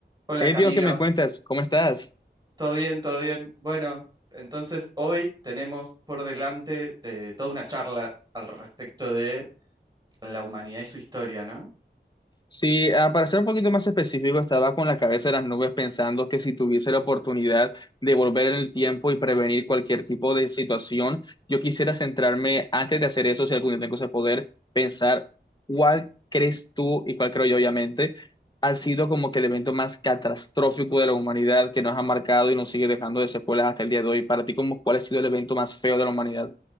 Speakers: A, on the right; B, on the left.
A: Hola
B: Hey
A: Camilo,
B: Dios, ¿qué me cuentas? ¿Cómo estás?
A: ¿todo bien? ¿Todo bien? Bueno, entonces hoy tenemos por delante de toda una charla al respecto de la humanidad y su historia, ¿no?
B: Sí, ah, para ser un poquito más específico, estaba con la cabeza en las nubes pensando que si tuviese la oportunidad de volver en el tiempo y prevenir cualquier tipo de situación, yo quisiera centrarme, antes de hacer eso, si algún día tengo ese poder, pensar cuál crees tú y cuál creo yo, obviamente, ha sido como que el evento más catastrófico de la humanidad que nos ha marcado y nos sigue dejando de secuelas hasta el día de hoy. Para ti, cómo ¿cuál ha sido el evento más feo de la humanidad?